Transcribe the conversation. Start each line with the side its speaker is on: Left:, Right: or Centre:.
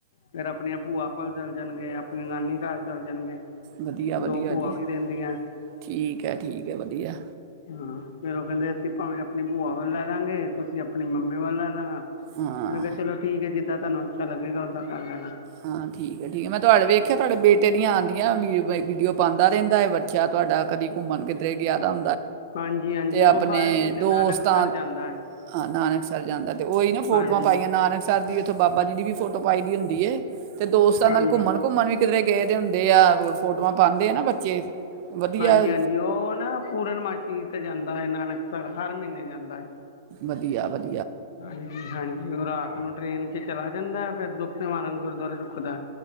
Left: ਫੇਰ ਆਪਣੀਆਂ ਭੂਆ ਚੱਲ ਜਾਣਗੇ, ਆਪਣੀ ਨਾਨੀ ਘਰ ਚੱਲ ਜਾਣਗੇ,
Right: ਵਧੀਆ ਵਧੀਆ
Left: ਦੋ ਭੂਆ
Right: ਜੀ
Left: ਵੀ ਦਿੰਦੀਆਂ।
Right: ਠੀਕ ਹੈ ਠੀਕ ਹੈ ਵਧੀਆ
Left: ਹਾਂ ਫੇਰ ਉਹ ਕਹਿੰਦੇ, ਅਸੀਂ ਭਾਵੇਂ ਆਪਣੀ ਭੂਆ ਵੱਲ ਲੈ ਲਾਂਗੇ। ਅਸੀਂ ਆਪਣੀ ਮੰਮੀ ਵੱਲ ਲੈ ਲਹਣਾ।
Right: ਹਾਂ
Left: ਮੈਂ ਕਿਹਾ ਚਲੋ ਠੀਕ ਹੈ, ਜਿੱਦਾਂ ਤੁਹਾਨੂੰ। ਅੱਛਾ ਲੱਗੇਗਾ, ਓਦਾਂ ਕਰ ਲੈਣਾ।
Right: ਹਾਂ ਠੀਕ ਹੈ, ਠੀਕ ਹੈ ਮੈਂ, ਤੁਹਾਡੇ ਵੇਖਿਆ ਤੁਹਾਡੇ ਬੇਟੇ ਦੀਆਂ ਆਉਂਦੀਆਂ ਵੀਡੀਓ ਪਾਉਂਦਾ ਰਹਿੰਦਾ, ਬੱਚਾ, ਤੋਹਾਡਾ ਕਦੇ ਘੁੰਮਣ ਕਿੱਧਰੇ ਗਿਆ ਦਾ।
Left: ਹਾਂਜੀ ਹਾਂਜੀ
Right: ਤੇ ਆਪਣੇ
Left: ਉਹ ਹਰ ਮਹੀਨੇ
Right: ਦੋਸਤਾਂ,
Left: ਨਾਨਕਸਰ ਜਾਂਦਾ ਹੈ
Right: ਨਾਨਕਸਰ ਜਾਂਦਾ, ਤੇ ਉਹੀ ਨਾ ਫੋਟੋਆਂ
Left: ਹਾਂਜੀ
Right: ਪਾਈਆਂ ਨਾਨਕਸਰ ਦੀ। ਉੱਥੇ ਬਾਬਾ ਜੀ ਦੀ ਵੀ ਫੋਟੋ ਪਾਈ ਦੀ ਹੁੰਦੀ ਏ। ਤੇ ਦੋਸਤਾਂ
Left: ਹਾਂਜੀ
Right: ਨਾਲ ਘੁੰਮਣ ਘੁੰਮਣ ਵੀ ਕਿੱਧਰੇ ਗਏ ਦੇ ਹੁਦੇ ਆ। ਪਾਉਂਦੇ ਆ ਨਾ ਬੱਚੇ ਵਧੀਆ
Left: ਹਾਂਜੀ, ਹਾਂਜੀ, ਉਹ ਨਾ ਪੂਰਨਮਾਸੀੀ ਤੇ ਜਾ ਜਾਂਦਾ ਹੈ ਨਾਨਕਸਰ, ਹਰ ਮਹੀਨੇ ਜਾਂਦਾ ਹੈ।
Right: ਵਧੀਆ- ਵਧੀਆ।
Left: ਹਾਂਜੀ- ਹਾਂਜੀ, ਉਹ ਰਾਤ ਨੂੰ ਟ੍ਰੇਨ ਚ ਚਲਾ ਜਾਂਦਾ ਫੇਰ ਦੁੱਖ ਨਿਵਾਰਨ ਗੁਰਦੁਆਰੇ ਰੁਕਦਾ।